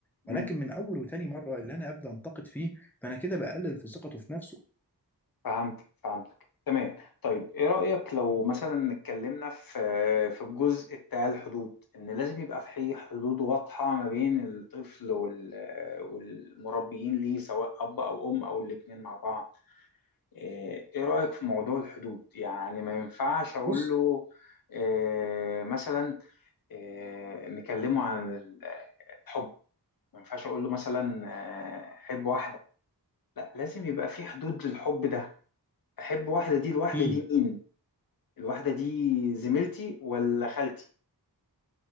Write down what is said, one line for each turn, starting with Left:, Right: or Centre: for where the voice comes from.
Centre: ولكن
Left: مم.
Centre: من أول وتاني مرة اللي أنا أبدأ أنتقد فيه فأنا كده بقلل في ثقته في نفسه
Left: فهمتك فهمتك تمام طيب ايه رأيك لو مثلا اتكلمنا في في الجزء بتاع الحدود ان لازم يبقى في حدود واضحة ما بين الطفل وال والمربيين ليه سواء اب او ام او الاتنين مع بعض ايه إيه رأيك في موضوع الحدود يعني ما ينفعش اقول
Centre: بص
Left: له إيه مثلا إيه نكلمه عن ال- الحب ما ينفعش اقول له مثلا آه، حب واحدة لا لازم يبقى في حدود للحب ده احب واحده دي الواحده
Centre: اكيد
Left: دي مين الواحده دي زميلتي ولا خالتي